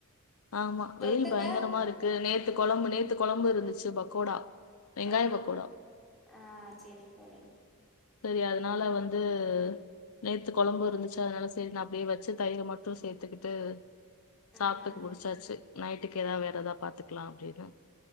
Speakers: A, on the left; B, in the centre.
A: ஆமா
B: தொட்டுக்க
A: வெயில் பயங்கரமா இருக்கு நே த்து கொழம்பு நேத்து கொழம்பு இருந்துச்சு பக்கோடா வெங்காய
B: ஆ
A: பக்கோடா
B: ஆ ஆ சேரிங் தோழி
A: சரி அதனால வந்து நேத்து கொழம்பு இருந்துச்சு அதனால சரி நா அப்டியே வச்சு தயிர மட்டு சேத்துக்கிட்டு
B: ம்
A: சாப்ட்டுக்கு முடிச்சாச்சு நைட்டுக்கு ஏதாவது வேற ஏதாவ பாத்துக்கலா அப்டின்னு